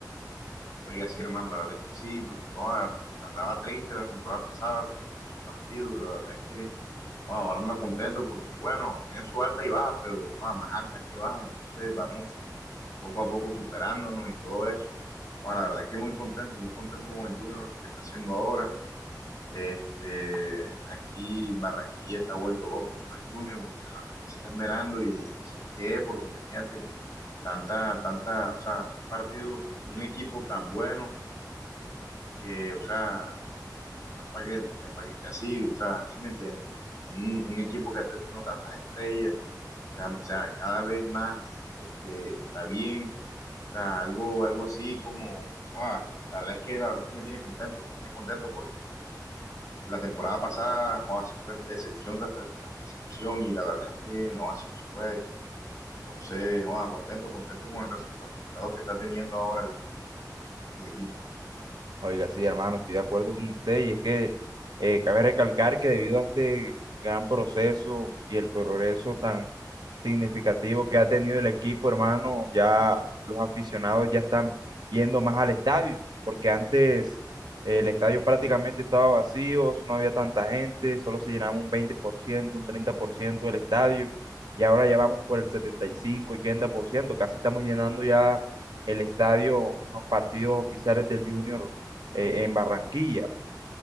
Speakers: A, on the left (about 45°); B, on the right (about 80°).
A: Oiga, sí, hermano, la verdad es que sí, porque oa, andaba triste la temporada pasada por- con esos partidos, la verdad es que oa, ahora ando contento porque, bueno, tienen su alta y baja, pero oa, más altas que bajas, entonces vamos poco a poco superándonos y todo eso. Oa, la verdad es que muy contento, muy contento con el Junior, lo que está haciendo ahora. Este, aquí Barranquilla está vuelto loco por el Junior, porque la verdad es que se está esmerando y así es que, porque imagínate. tanta, tanta, o sea, un partido, un equipo tan bueno que, o sea, no es para que, es para que esté así, o sea, ¿sí me entiendes? Un, un equipo que ha tenido tantas estrellas, o sea, o sea, cada vez más este, está bien, o sea, algo, algo así como, ah, la verdad es que la verdad es que me tiene contento, me tiene contento porque la temporada pasada joa, eso fue decepción tras, tras, tras decepción y la verdad es que no, así no se puede. Entonces, joa, contento, contento con el resu- los resultados que está teniendo ahora el, el equipo.
B: Oiga, sí, hermano, estoy de acuerdo con usted y es que eh, cabe recalcar que debido a este gran proceso y el progreso tan significativo que ha tenido el equipo, hermano, ya los aficionados ya están yendo más al estadio, porque antes eh, el estadio prácticamente estaba vacío, no había tanta gente, solo se llenaba un 20% un 30% del estadio y ahora ya vamos por el setenta y cinco ochenta por ciento casi estamos llenando ya el estadio en los partidos oficiales del Junior eh, en Barranquilla.